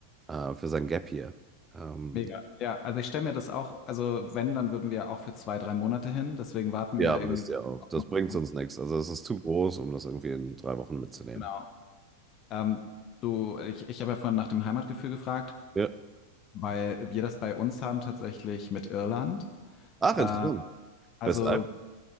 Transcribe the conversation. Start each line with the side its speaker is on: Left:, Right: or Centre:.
Right: äh, für sein Gap Year. Ähm,
Left: mega. Ja, also ich stelle mir das auch, also wenn, dann würden wir auch für zwei, drei Monate hin. Deswegen warten
Right: Ja,
Left: wir
Right: müsst
Left: irgendwie so
Right: ihr auch.
Left: auf
Right: Das
Left: den
Right: bringt
Left: Zeitpunkt.
Right: uns nichts. Also es ist zu groß, um das irgendwie in drei Wochen mitzunehmen.
Left: Genau. Ähm, du, ich, ich habe ja vorhin nach dem Heimatgefühl gefragt,
Right: Ja.
Left: weil wir das bei uns haben tatsächlich mit Irland.
Right: Ach,
Left: Äh,
Right: interessant.
Left: also
Right: Weshalb?